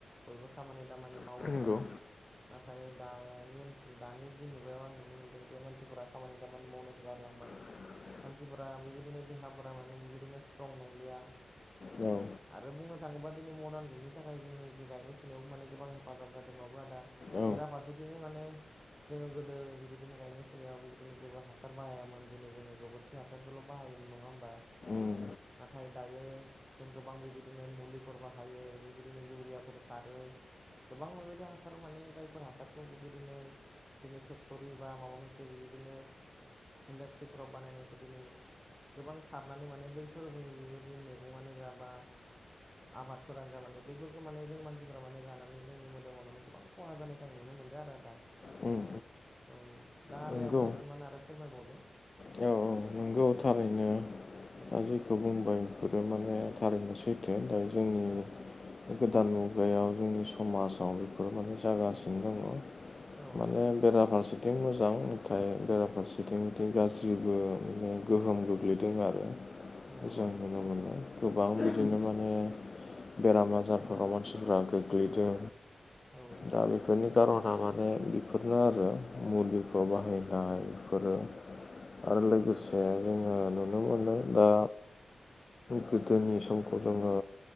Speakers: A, in the centre; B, on the left.
A: बयबो खामानि दामानि मावोमोन
B: नंगौ उम औ
A: नाथाय दानि ओनसोल दानि जि मुगायाव आं नुनो मोनदों जे मानसिफोरा खामानि दामानि मावनायखौ गारलांबाय।
B: <unintelligible>
A: मानसिफोरा बेबायदिनो देहाफोरा माने बेबायदिनो स्ट्रं नंलिया
B: औ
A: आरो बुंनो थाङोबा दिनै मडार्न जुगनि थाखाय जोंनि जि गायनाय फुनायाव माने गोबां हेफाजाब जादोंबाबो आदा
B: औ
A: बेेरा फारसे बिदिनो माने जोंङो गोदो बिबायदिनो गायनाय फुनायाव बेबायदिनो जेबो हासार बाहायामोन दिनै जोङो गोबोरखि हासारखौल' बाहायोमोन नङा होमबा।
B: उम
A: नाथाय दायो जों गोबां बेबायदिनो मुलिफोर बाहायो बेबायदिनो इउरियाफोर सारो गोबां बेबायदि हासार माने जायफोर हासारखौ बेबायदिनो दिनै फेक्ट'रि बा माबा मोनसे बेबायदिनो इन्डास्ट्रिफोराव बानायनायखौ दिनै गोबां सारनानै माने बैफोर बेबायदि मैगंआनो जा बा आबादफोरानो जा मान बेफोरखौ माने जों मानसिफ्रा माने जानानै जोंनि मोदोमाव माने गोबां खहा जानायखौ आं नुनो मोनदों आरो आदा।
B: उम
A: औ दा आदायाबो
B: नंगौ
A: एसेमान आरो फोरमायबावदो?
B: औ औ नंगौ थारैनो
A: औ
B: दा जे- -खौ बुंबाय बेफोरो माने थारैनो सैथो। दा जोंनि
A: औ
B: गोदान मुगायाव जोंनि समाजाव बेफोर माने जागासिनो दङ।
A: औ
B: माने बेराफारसेथिं मोजां नाथाय बेराफारसेथिं
A: औ
B: बिदि गाज्रिबो माने गोहोम
A: औ
B: गोग्लैदों आरो
A: नंगौ
B: जों
A: आदा
B: नुनो मोनो। गोबां बिदिनो माने बेराम आजारफोराव
A: औ
B: मानसिफ्रा गोग्लैदों।
A: औ
B: दा बेफोरनि खार'ना माने बेफोरनो आरो मुलिफोर
A: औ
B: बाहाय- -नाय बेफोरो आरो लोगोसे
A: औ
B: जोङो नुनो मोनो दा गोदोनि समखौ जोङो